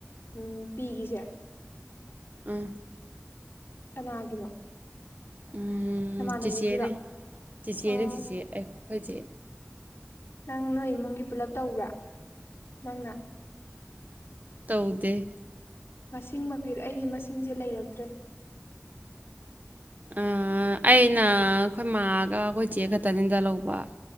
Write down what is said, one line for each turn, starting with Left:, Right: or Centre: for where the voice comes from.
Left: ꯑꯝ ꯄꯤꯒꯤꯁꯦ
Right: ꯑꯝ
Left: ꯀꯅꯥꯒꯤꯅꯣ
Right: ꯑꯝ
Left: ꯅꯃꯥꯟꯅꯕꯤꯒꯤꯔꯣ
Right: ꯆꯤꯆꯦꯅꯦ ꯆꯤꯆꯦꯅꯦ
Left: ꯑꯣ
Right: ꯆꯤꯆꯦ ꯑꯩꯈꯣꯏ ꯆꯦ
Left: ꯅꯪ ꯅꯣꯏ ꯏꯃꯨꯡꯒꯤ ꯄꯨꯜꯂꯞ ꯇꯧꯕ꯭ꯔꯥ ꯅꯪꯅ
Right: ꯇꯧꯗꯦ
Left: ꯑꯁꯦꯡꯃꯛꯀꯤ ꯑꯩꯗꯤ ꯃꯁꯤꯡꯁꯦ ꯂꯩꯔꯛꯇ꯭ꯔꯦ
Right: ꯑꯝ ꯑꯩꯅ ꯑꯩꯈꯣꯏ ꯃꯥꯒ ꯑꯩꯈꯣꯏ ꯆꯦ ꯈꯛꯇꯥꯅꯤꯗ ꯂꯧꯕ